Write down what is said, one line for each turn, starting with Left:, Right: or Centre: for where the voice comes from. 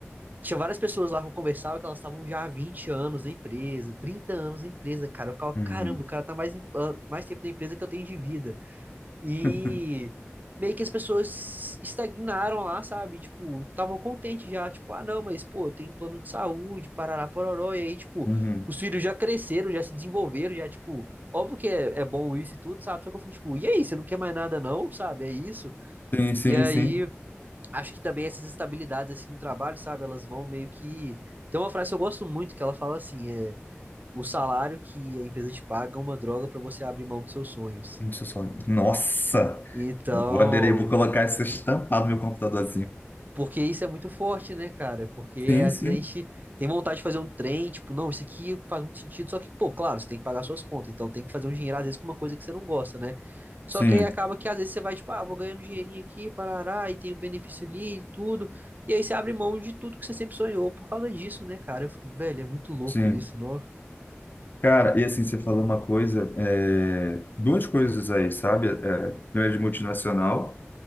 Right: tinha várias pessoas lá que eu conversava que elas estavam já há 20 anos na empresa, 30 anos na empresa, cara. Eu ficava,
Left: Uhum.
Right: caramba, o cara tá mais, em- ah, mais tempo na empresa que eu tenho de vida. E
Left: <laughs>
Right: meio que as pessoas estagnaram lá, sabe? Tipo, estavam contentes já, tipo, ah, não, mas pô, eu tenho plano de saúde, parará, pororó, e aí, tipo,
Left: Uhum.
Right: os filhos já cresceram, já se desenvolveram, já, tipo, óbvio que é, é bom isso e tudo, sabe? Só que eu fico, tipo, e aí, você não quer mais nada, não, sabe? É isso.
Left: Sim, sim,
Right: E aí,
Left: sim.
Right: acho que também essas estabilidades, assim, no trabalho, sabe? Elas vão meio que. Tem uma frase que eu gosto muito que ela fala assim, é. O salário que a empresa te paga é uma droga pra você abrir mão dos seus sonhos.
Left: Deixa eu só- Nossa!
Right: Então,
Left: Vou aderir, vou colocar isso estampado no meu computador
Right: Porque isso é muito forte, né, cara? Porque
Left: Sim,
Right: às
Left: sim,
Right: vezes a gente tem vontade de fazer um trem, tipo, não, isso aqui faz muito sentido, só que, pô, claro, você tem que pagar suas contas, então tem que fazer um dinheiro, às vezes, com uma coisa que você não gosta, né? Só
Left: sim,
Right: que aí acaba que às vezes você vai, tipo, ah, vou ganhando um dinheirinho aqui, parará, e tem o benefício ali e tudo, e aí você abre mão de tudo que você sempre sonhou por causa disso, né, cara? Eu fico, velho, é muito louco
Left: sim.
Right: isso, não?
Left: Cara, e assim, você falou uma coisa, é, duas coisas aí, sabe? É, primeiro de multinacional,